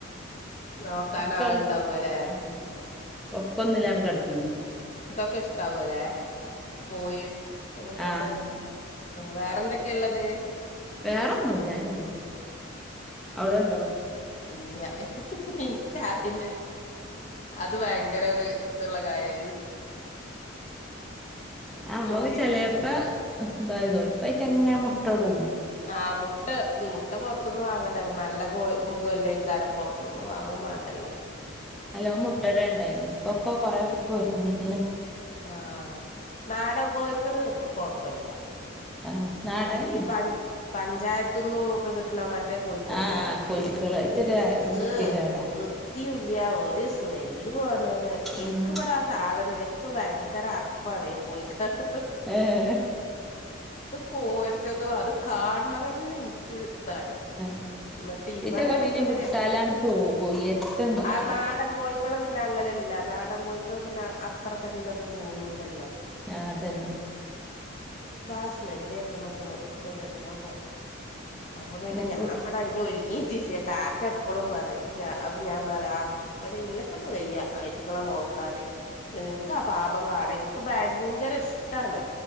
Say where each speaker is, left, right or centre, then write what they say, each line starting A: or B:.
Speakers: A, on the left (about 35°); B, in the centre.
A: നോക്കൻ
B: ഒക്കെ
A: ആൾുണ്ടാവുംല്ലെ
B: ഉം ഒക്കെ ഒന്നിലാണ് കടന്നീനി
A: ക്കെഷ്ടാവോല്ലെ കോഴും ന്നൊന്തെക്ക
B: ആഹ്
A: വേറെന്തൊക്കെള്ളത്
B: വേറെൊന്നുംല്ല അഎന്നെള്ളു അവ്ടെ ണ്ടോ
A: ഇല്ല ഇൻക്ക് ആതിനെ അത് വയങ്കര ഒര് ഇത്ള്ള കാര്യ
B: അമ്മക്ക്
A: കോഴി
B: ചേലേപ്പ തായി തോ പ്പയ്ട്ടെങ്ങനെ മുട്ടോടെ
A: ആ മുട്ട മുട്ട പൊർത്ത് ന്ന് വാങ്ങണ്ടല്ലോ നല്ല കോഴ് കൊല്ലേ യ്ക്കാരം പൊറത്ത്ന്ന് വാങ്ങും മാണ്ടല്ലോ
B: അലോ മുട്ടടൽ ണ്ടേയ്നി ഇപ്പൊക് കൊറേയൊക്കെ പൊര്ന്നീണ്
A: ആ നാടൻ കോഴിക്കള് കൊഴപ്പല്ല
B: ആഹ് നാടനെന്നെ
A: മറ്റേ ഈ പഞ പഞ്ചായത്ത്ന്നും ഒക്കെ കിട്ട്ണ മറ്റേ കോഴിക്കളുണ്ടല്ലാ
B: ആഹ് ആഹ് പുഴുക്കളായിട്ടൊരു
A: ഹ്
B: വൃത്തികേടാ
A: വൃത്തിയുല്ല ഒരു സ്മെല്ലും ആണ് ഇൻക്ക്
B: ഉം
A: ഇബടെ ആ സാധനം ഇൻക് വയങ്കര അർപ്പാണ് ഈ കോഴിക്കാട്ടം
B: ഏഹ്
A: കോര്ണതോ അത് കാണ് ണതന്നെ ഇൻക്ക് താണ്
B: ആഹ്
A: ന്നിട്ട് ഇ
B: ഇറ്റൊക്കെ
A: വ്ടെയാണെങ്കില്
B: പിന്നെ വിട്ടാലാണ് പോകും എര്ത്ത്ണ്ടാവൂല
A: ആ നാടൻ കോഴിക്കളെ വിട്ട പിന്നെ അങ്ങനെല്ല നാടൻ കോഴക്കള് പിന്നെ അത്ര തന്നെത് തോന്നൂലല്ലോ
B: ആ അതന്നെ
A: ൻക്ക് ആ സ്മെല്ല് കേൾക്കുന്നതും ഒക്കെ ഒരേ എന്തോ പോലെണ് അപ്പൊ പിന്നെ
B: ഉം
A: ഞാൻ
B: ഉ
A: ഇവിടെ അയിന് ഒര ങ്ങിജില്ലയൊക്കെ കാക്ക എപ്പളും പറയും അപ്പൊ ഞാ അ പ് അപ്പൊ ഞാൻ പറയാ ഇവിടെ ഇന്നെ കൊണ്ട് വയ്യ അയ്റ്റങ്ങളെ നോക്കാന് ഇൻക്കാ പാപം കാട എനിക്ക് ഭയങ്കര ഇഷ്ടാണ്